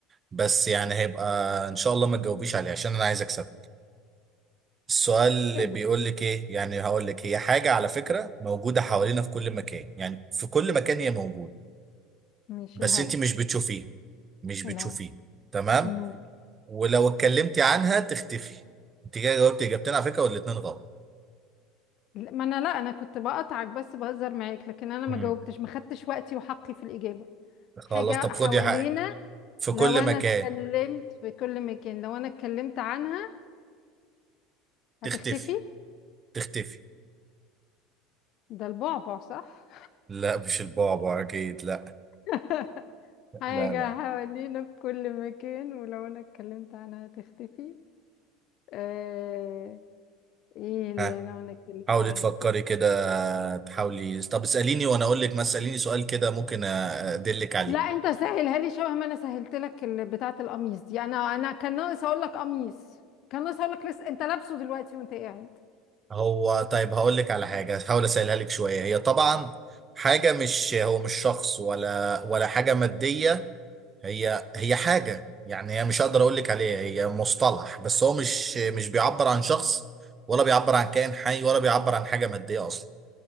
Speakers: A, on the right; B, on the left.
A: بس يعني هيبقى ان شاء الله ما تجاوبيش عليه عشان انا عايز اكسب السؤال اللي
B: ايه
A: بيقول
B: ده
A: لك ايه يعني هقول لك هي حاجة على فكرة موجودة حوالينا في كل مكان يعني في كل مكان هي موجودة
B: مش
A: بس
B: الهوا
A: انت مش بتشوفيه مش بتشوفيه
B: الهوا
A: تمام
B: النور
A: ولو اتكلمتي عنها تختفي انت كده جاوبتي اجابتين على فكرة والاتنين غلط
B: لا، ما انا لا انا كنت بقطعك بس بهزر معاك لكن انا
A: مم.
B: ما جاوبتش ما خدتش وقتي وحقي في الإجابة
A: خلاص
B: حاجة
A: طب خدي
B: حوالينا
A: حقك في كل
B: لو انا
A: مكان
B: اتكلمت في كل مكان لو انا اتكلمت عنها
A: تختفي
B: هتختفي
A: تختفي
B: ده البعبع صح
A: لا مش البعبع اكيد لا
B: <laughs> حاجة
A: لا لا
B: حوالينا في كل مكان ولو أنا اتكلمت عنها هتختفي آه... ايه اللي
A: ها
B: لو أنا اتكلمت
A: حاولي
B: عنها
A: تفكري
B: هتختفي
A: كده تحاولي طب اسأليني وانا اقول لك ما اسأليني سؤال كده ممكن أ- ادلك عليه
B: لا انت سهلها لي شبه ما انا سهلت لك ال- بتاعة القميص دي انا انا كان ناقص اقول لك قميص كان ناقص اقول لك لسه انت لابسه دلوقتي وانت قاعد
A: هو طيب هقول لك على حاجة هحاول اسهلها لك شوية هي طبعا حاجة مش هو مش شخص ولا ولا حاجة مادية هي هي حاجة يعني هي مش هقدر اقول لك عليها هي مصطلح بس هو مش مش بيعبر عن شخص ولا بيعبر عن كائن حي ولا بيعبر عن حاجة مادية اصلا